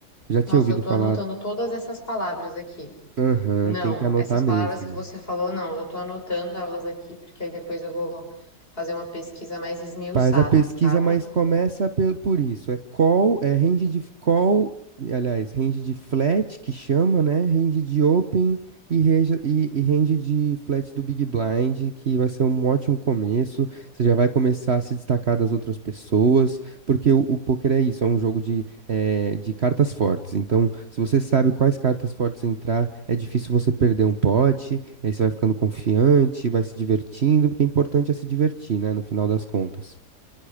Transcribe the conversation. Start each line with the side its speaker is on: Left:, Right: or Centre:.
Right: Já tinha
Left: Nossa,
Right: ouvido
Left: eu tô
Right: falar,
Left: anotando todas essas palavras aqui.
Right: aham,
Left: Não,
Right: tem que anotar
Left: essas palavras
Right: mesmo.
Left: que você falou, não. Eu tô anotando elas aqui, porque aí depois eu vou fazer uma pesquisa mais esmiuçada,
Right: Faz a pesquisa,
Left: sabe?
Right: mas começa pe- por isso. É call, é range de call, aliás, range de flat, que chama, né? Range de open e, reja- e- e range de flat do Big Blind, que vai ser um ótimo começo. Você já vai começar a se destacar das outras pessoas, porque o, o poker é isso, é um jogo de, eh, de cartas fortes. Então, se você sabe quais cartas fortes entrar, é difícil você perder um pote, e aí você vai ficando confiante, vai se divertindo, porque o importante é se divertir, né? No final das contas.